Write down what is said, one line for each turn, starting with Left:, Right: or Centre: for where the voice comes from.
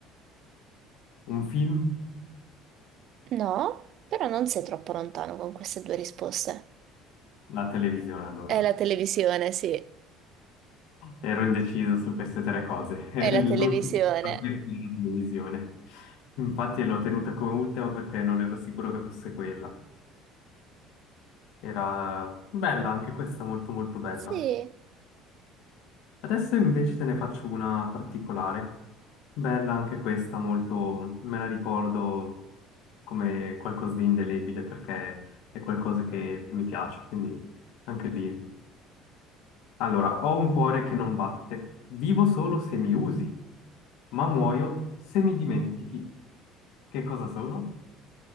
Left: Un film.
Right: No, però non sei troppo lontano con queste due risposte.
Left: La televisione, allora.
Right: È la televisione, sì.
Left: Ero indeciso su queste tre cose. <laughs>
Right: È la
Left: L'ultimo
Right: televisione.
Left: era la televisione. Infatti l'ho tenuta come ultima perché non ero sicuro che fosse quella. Era bella, anche questa molto molto bella.
Right: Sì.
Left: Adesso invece te ne faccio una particolare. Bella anche questa, molto... me la ricordo come qualcosa di indelebile perché è qualcosa che mi piace, quindi anche lì. Allora, ho un cuore che non batte, vivo solo se mi usi, ma muoio se mi dimentichi. Che cosa sono?